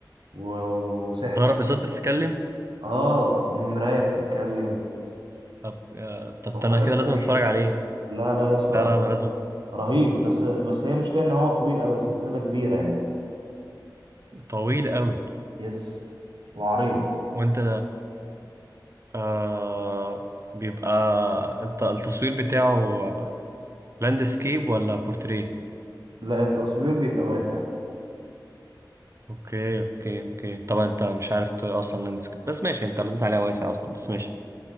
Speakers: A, on the right (about 80°); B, on the right (about 40°).
A: و... و- وسحر
B: ضرب بصوت بتتكلم
A: اه ومراية بتتكلم
B: طب آه طب
A: وحاجات
B: ده انا كده لازم
A: غريبة
B: اتفرج عليه
A: لا لا يا اسطى
B: لا لا انا لازم
A: رهيب بس بس هي مشكلة إن هو طويل أوي سلسلة كبيرة يعني
B: طويل قوي
A: يس وعريض
B: وانت آه بيبقى الت- التصوير بتاعه لاندسكيب ولا بورتريه
A: لا التصوير بيبقى واسع
B: اوكي اوكي اوكي طبعا انت مش عارف ت- اصلا لاندسكيب بس ماشي انت رديت عليها واسع اصلا بس ماشي